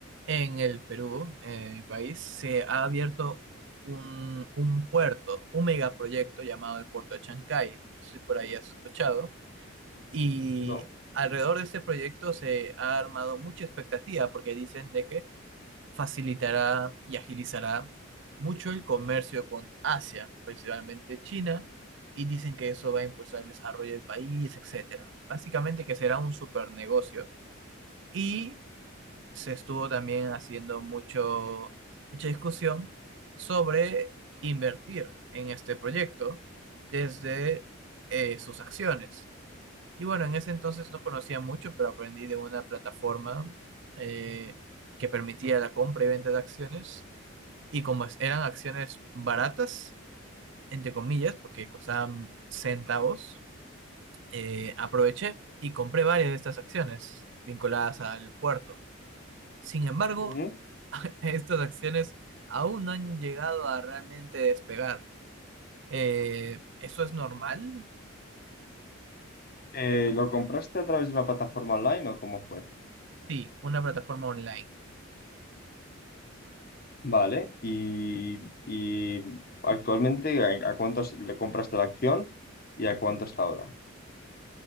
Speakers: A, on the right (about 60°); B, on the left (about 45°).
A: en el Perú, en mi país, se ha abierto un, un puerto, un megaproyecto llamado el Puerto de Chancay, no si por ahí has escuchado, y
B: No.
A: alrededor de este proyecto se ha armado mucha expectativa porque dicen de que facilitará y agilizará mucho el comercio con Asia, principalmente China, y dicen que eso va a impulsar el desarrollo del país, etcétera. Básicamente que será un super negocio. Y se estuvo también haciendo mucho, mucha discusión sobre invertir en este proyecto desde eh, sus acciones. Y bueno, en ese entonces no conocía mucho, pero aprendí de una plataforma eh, que permitía la compra y venta de acciones y como es- eran acciones baratas, entre comillas, porque costaban centavos, eh, aproveché y compré varias de estas acciones vinculadas al puerto. Sin embargo,
B: Ujú.
A: <laughs> estas acciones aún no han llegado a realmente despegar. Eh, ¿eso es normal?
B: Eh, ¿lo compraste a través de una plataforma online o cómo fue?
A: Sí, una plataforma online.
B: Vale, y, y actualmente ¿a, a cuánto es- le compraste la acción y a cuánto está ahora?